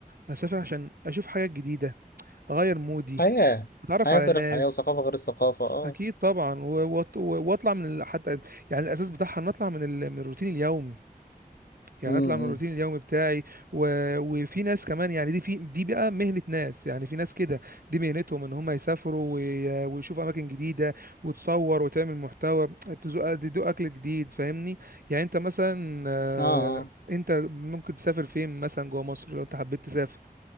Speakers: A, on the right; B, on the left.
A: بسافر عشان اشوف حاجات جديده اغير مودي
B: حياه
A: اتعرف
B: حياه
A: على
B: غير
A: ناس
B: الحياه وثقافه غير الثقافه اه
A: اكيد طبعا و- وأط- واطلع من ال- حتى يعني الاساس بتاعها ان اطلع من ال- من الروتين اليومي يعني
B: امم
A: اطلع من الروتين اليومي بتاعي و... وفي ناس كمان يعني دي في دي بقى مهنة ناس يعني في ناس كده دي مهنتهم ان هم يسافروا وي... ويشوفوا اماكن جديدة وتصور وتعمل محتوى تذوق تدوق اكل جديد فاهمني يعني انت مثلا آه،
B: اه آه.
A: انت ممكن تسافر فين مثلا جوه مصر لو انت حبيت تسافر